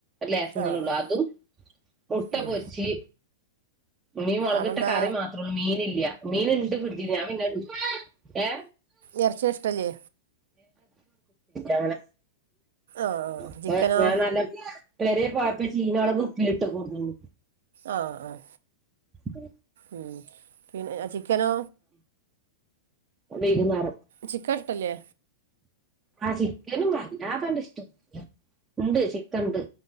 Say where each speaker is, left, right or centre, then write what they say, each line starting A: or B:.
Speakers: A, on the right; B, on the right.
A: ലേസം
B: ആഹ്
A: തന്ന ഉള്ളൂ
B: ആഹ്
A: അതും മുട്ട
B: ഉം
A: പൊരിച്ച് മീൻ മു ളകിട്ട
B: അപ്പെന്താ
A: കറി മാത്രേള്ളൂ മീനില്ല മീൻ ഉണ്ട് ഫ്രിഡ്ജ്ജി ഞാൻ പിന്നെ ഏ
B: ഇറച്ചി ഇഷ്ടല്ലേ
A: അങ്ങനെ
B: ആഹ് ആഹ്
A: അപ്പ
B: ചിക്കനോ
A: ഞാൻ നല്ല പേരെ പോയപ്പ ീന അളകക് പീട്ട് കൊടുണ്ട് <unintelligible>
B: ആഹ ആഹ
A: ആഹ
B: ഉ പിന്ന അ ചിക്കനോ
A: വൈകുന്നേരം
B: ചിക്കൻ ഇഷ്ട്ടല്ലേ
A: ആ ചിക്കനും വല്ലാതാണ്ട് ഇഷ്ടമില്ല ഉണ്ട് ചിക്കൻ ഉണ്ട്